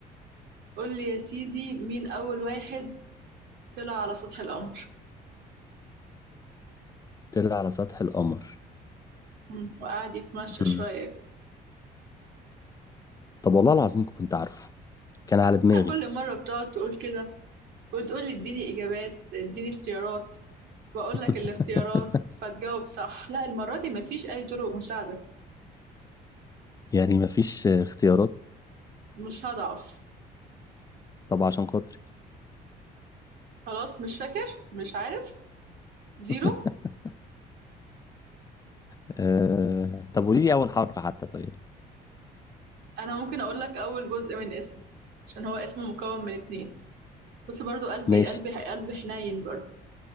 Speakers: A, on the right; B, on the left.
A: قول لي يا سيدي مين اول واحد طلع على سطح القمر
B: طلع على سطح القمر
A: مم، وقعد يتمشى
B: مم.
A: شوية كده
B: طب والله العظيم كنت عارفه كان على دماغي
A: كل مرة بتقعد تقول كده وتقول لي اديني اجابات اديني اختيارات بقول
B: <laughs>
A: لك الاختيارات فتجاوب صح لا المره دي مفيش اي طرق مساعده
B: يعني مفيش اختيارات
A: مش هضعف
B: طب عشان خاطري
A: خلاص مش فاكر مش عارف زيرو
B: <laughs> آه... طب قولي لي اول حرف حتى طيب
A: انا ممكن اقول لك اول جزء من اسمه عشان هو اسمه مكون من اتنين بص برضو قلبي
B: ماشي
A: قلبي قلبي حنين برضو